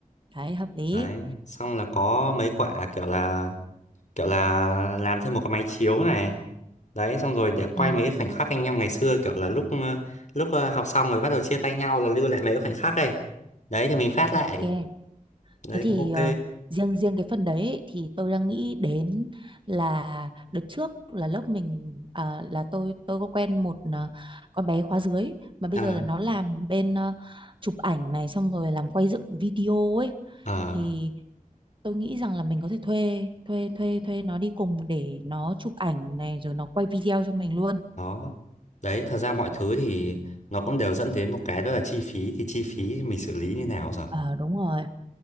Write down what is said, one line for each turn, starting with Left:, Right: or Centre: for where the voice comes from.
Right: đấy hợp lý
Left: đấy xong là có mấy quả kiểu là kiểu là làm thêm một cái máy chiếu này đấy xong rồi để
Right: ừ,
Left: quay mấy cái khoảnh khắc anh em ngày xưa kiểu là lúc ờ, lúc ờ, học xong rồi bắt đầu chia tay nhau là lưu lại mấy cái khoảnh khắc ấy đấy thì mình phát
Right: ok
Left: lại đấy
Right: thế thì
Left: cũng ok
Right: ờ, riêng riêng cái phần đấy ấy, thì tôi đang nghĩ đến là đợt trước là lớp mình à, là tôi tôi có quen một ờ, con bé khóa dưới mà bây
Left: à,
Right: giờ là nó làm bên ờ, chụp ảnh này xong rồi làm quay dựng video ấy
Left: à
Right: thì tôi nghĩ rằng là mình có thể thuê thuê thuê thuê nó đi cùng để nó chụp ảnh này rồi nó quay video cho mình luôn
Left: đó đấy thật ra mọi thứ thì nó cũng đều dẫn đến một cái đó là chi phí thì chi phí mình xử lý như nào giờ
Right: ờ đúng rồi